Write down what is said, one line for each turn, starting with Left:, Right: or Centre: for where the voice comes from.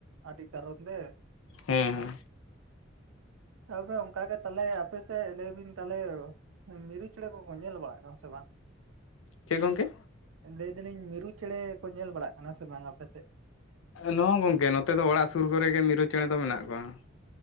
Right: ᱟᱰᱤ ᱠᱟᱨᱚᱱ ᱛᱮᱼᱼ
Left: ᱦᱮᱸ-ᱦᱮᱸ᱾
Right: ᱱᱮᱛᱟᱨ ᱫᱚ ᱚᱝᱠᱟ ᱜᱮ ᱛᱟᱞᱦᱮ ᱟᱯᱮᱥᱮᱜ ᱞᱟᱹᱭ ᱵᱤᱱ ᱛᱟᱞᱦᱮ ᱢᱤᱨᱩ ᱪᱮᱸᱬᱮ ᱠᱚᱠᱚ ᱧᱮᱞ ᱵᱟᱲᱟᱜ ᱠᱟᱱᱟ ᱥᱮ ᱵᱟᱝ?
Left: ᱪᱮᱜ ᱜᱚᱝᱠᱮ?
Right: ᱞᱟᱹᱭ ᱫᱟᱞᱤᱧ ᱢᱤᱨᱩ ᱪᱮᱬᱮ ᱠᱚ ᱧᱮᱞ ᱵᱟᱲᱟᱜ ᱠᱟᱱᱟ ᱥᱮ ᱵᱟᱝ ᱟᱯᱮᱥᱮᱜ?
Left: ᱱᱚ ᱜᱚᱝᱠᱮ ᱱᱚᱛᱮ ᱫᱚ ᱚᱲᱟᱜ ᱥᱩᱨ ᱠᱚᱨᱮ ᱜᱮ ᱢᱤᱨᱩ ᱪᱮᱸᱬᱮ ᱫᱚ ᱢᱮᱱᱟᱜ ᱠᱚᱣᱟ ᱾